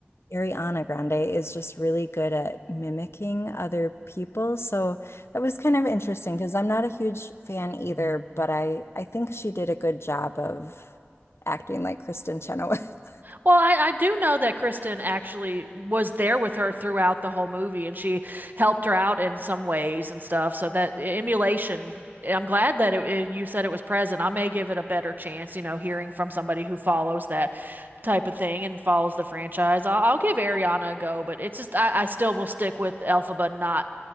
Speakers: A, on the left; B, on the right.
A: Ariana Grande is just really good at mimicking other people. So that was kind of interesting because I'm not a huge fan either, but I, I think she did a good job of acting like Kristen Chenoweth.
B: Well, I, I do know that Kristen actually was there with her throughout the whole movie and she helped her out in some ways and stuff. So that e, emulation, I'm glad that it, it- you said it was present. I may give it a better chance, you know, hearing from somebody who follows that type of thing and follows the franchise. I'll, I'll give Ariana a go, but it's just, I, I still will stick with Elphaba, not.